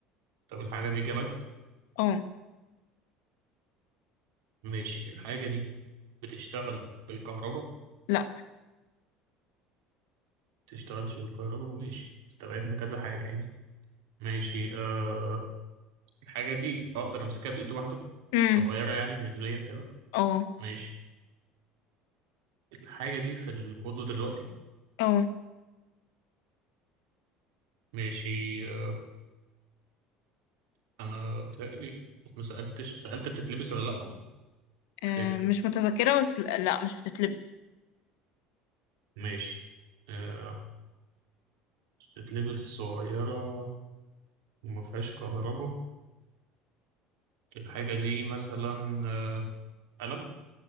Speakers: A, on the right; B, on the left.
A: طب الحاجة دي جماد
B: اه
A: ماشي الحاجة دي بتشتغل بالكهرباء
B: لا
A: بتشتغلش بالكهرباء ماشي استبعدنا كذا حاجة يعني ماشي آه الحاجة دي أقدر أمسكها بإيد واحدة
B: امم
A: صغيرة يعني نسبيا كده
B: اه
A: ماشي الحاجة دي في الأوضة دلوقتي
B: اه
A: ماشي آه أنا متهيألي ما سألتش سألت بتتلبس ولا لأ مش
B: آه،
A: فاكر
B: مش متذكرة بس لا لا، مش بتتلبس
A: ماشي آه بتتلبس صغيرة وما فيهاش كهرباء الحاجة دي مثلا آه، قلم